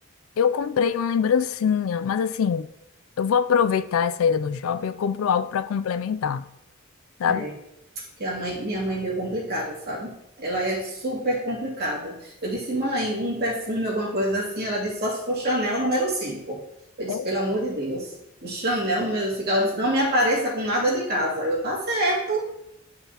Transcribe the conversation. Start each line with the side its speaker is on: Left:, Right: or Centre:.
Left: Eu comprei uma lembrancinha, mas assim, eu vou aproveitar essa ida no shopping e eu compro algo para complementar, sabe?
Right: É, que a mãe, minha mãe é meio complicada, sabe? Ela é super complicada. Eu disse, mãe, um perfume, alguma coisa assim. Ela disse, só se for Chanel número cinco Eu disse,
Left: É.
Right: pelo amor de Deus. O Chanel número cinco Ela disse, não me apareça com nada de casa. Eu, tá certo.